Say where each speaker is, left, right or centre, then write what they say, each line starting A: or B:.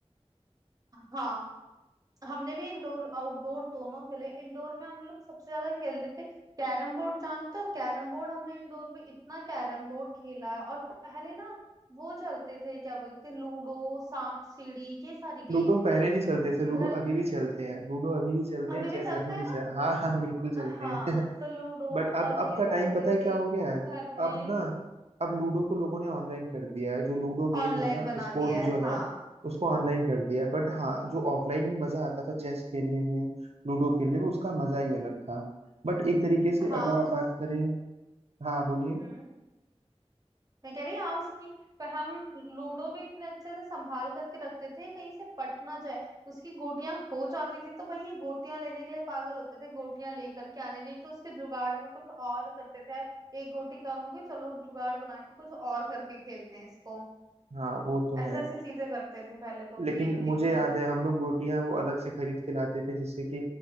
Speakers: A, on the right; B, on the right.
A: हाँ हमने भी इंडोर आउटडोर दोनों खेले इंडोर में हम लोग सबसे ज्यादा खेलते थे कैरम बोर्ड जानते हो कैरम बोर्ड हमने इंडोर में इतना कैरम बोर्ड खेला है और पहले ना वो चलते थे क्या बोलते लूडो सांप सीढ़ी ये सारी
B: लूडो
A: गेम
B: पहले नहीं चलते थे लूडो
A: घर
B: अभी भी चलते हैं लूडो अभी भी चलते
A: अभी
B: हैं चेस
A: भी चलता
B: अभी
A: है
B: भी चल...
A: ना
B: हाँ हाँ बिल्कुल चलते
A: हाँ
B: हैं
A: तो लूडो
B: <laughs> बट अब
A: और
B: अब
A: ये
B: का
A: सारी
B: टाइम
A: चीजें
B: पता है क्या हो गया है
A: घर में
B: अब ना अब लूडो को लोगों ने ऑनलाइन कर दिया है जो लूडो गेम
A: ऑनलाइन
B: है ना
A: बना
B: स्पोर्ट
A: दी है
B: जो
A: हाँ
B: है उसको ऑनलाइन कर दिया है बट हाँ जो ऑफलाइन में मजा आता था चेस खेलने में लूडो खेलने में उसका मजा ही अलग था बट एक तरीके से
A: हाँ
B: अगर आप
A: उस
B: बात करें हाँ बोलिए
A: हम्म मैं कह रही हाँ उसकी पर हम लूडो भी इतने अच्छे से संभाल करके रखते थे कहीं से पट ना जाए उसकी गोटियां खो जाती थी तो भाई ये गोटियां लेने के लिए पागल होते थे गोटियां लेकर के आने नहीं तो उसके जुगाड़ में कुछ और करते थे यार एक गोटी कम हो गई चलो जुगाड़ बना के कुछ और करके खेलते हैं इसको
B: हाँ वो तो
A: ऐसे
B: है
A: ऐसी चीजें करते थे पहले तो
B: लेकिन
A: गेम के
B: मुझे
A: लिए
B: याद है हम लोग गोटियां वो अलग से खरीद के लाते थे जिससे कि